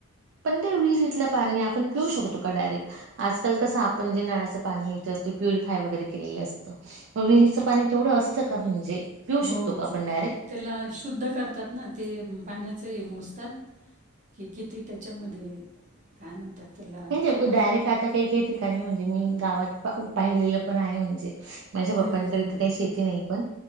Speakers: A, on the right; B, on the right.
A: पण ते वीहीरितल पाणी आपण पिऊ शकतो का डायरेक्ट? आजकाल कसं आपण जे नळाचं पाणी येतं ते प्युरिफाय वगैरे केलेलं असतं. मग विहीचं पाणी तेवढं असतं का म्हणजे पिऊ
B: हो
A: शकतो का आपण डायरेक्ट?
B: त्याला शुद्ध करतात ना ते पाण्याचं मोजतात कि किती त्या त्याच्यामध्ये काय म्हणतात त्याला?
A: म्हणजे डायरेक्ट आता काही, काही ठिकाणी म्हणजे मी गावात पाहिलेलं पण आहे म्हणजे माझ्या
B: हम्म
A: पप्पांकडे
B: हम्म हम्म
A: तर काही शेती नाही पण